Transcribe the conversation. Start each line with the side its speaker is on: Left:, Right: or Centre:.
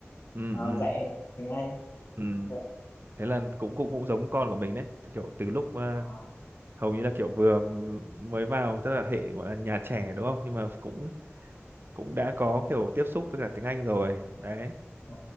Right: ừ,
Left: ờ,
Right: ừ,
Left: dạy tiếng Anh
Right: ừ.
Left: Vâng.
Right: Thế là cũng cũng cũng giống con của mình đấy, Thì kiểu từ lúc à,
Left: à,
Right: hầu như là kiểu vừa mới vào tức là hệ gọi là nhà trẻ đúng không? Nhưng mà cũng cũng đã có
Left: ừ,
Right: kiểu tiếp xúc với cả tiếng Anh rồi đấy
Left: ừ,